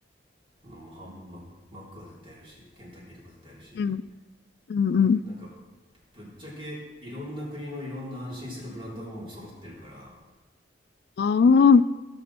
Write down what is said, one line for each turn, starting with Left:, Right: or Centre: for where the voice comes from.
Right: あのハンママックは絶対あるし、ケンタッキーとか絶対あるし、
Left: うん、うん、うん。
Right: なんかぶっちゃけいろんな国のいろんな安心するブランドがもう揃ってるから
Left: ああ、